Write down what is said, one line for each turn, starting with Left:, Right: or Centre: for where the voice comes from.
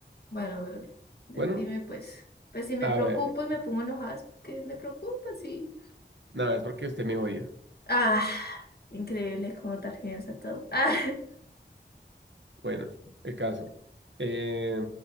Left: Bueno, bebé, di-
Right: Bueno,
Left: dime pues, pues si me
Right: a
Left: preocupo
Right: ver,
Left: y me pongo enojada, es porque me preocupa, sí.
Right: nada, es porque usted me odia.
Left: Ah, increíble cómo tarjetas todo. Ah,
Right: Bueno, el caso. Eh,